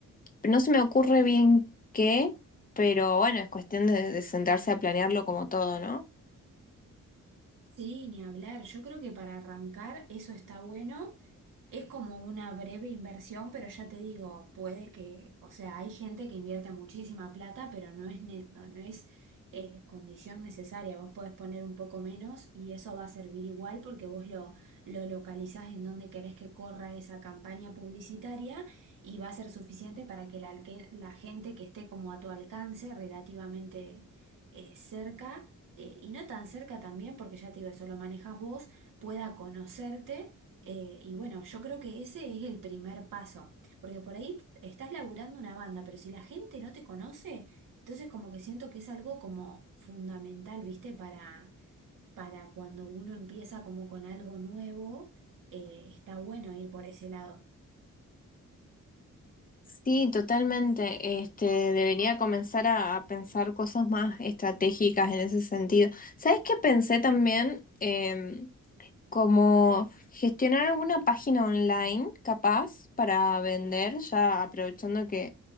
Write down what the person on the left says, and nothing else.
no se me ocurre bien qué, pero bueno, es cuestión de de sentarse a planearlo como todo, ¿no?
Sí, totalmente. Este, debería comenzar a, a pensar cosas más estratégicas en ese sentido. ¿Sabes qué pensé también? Em, como gestionar alguna página online capaz para vender, ya aprovechando que,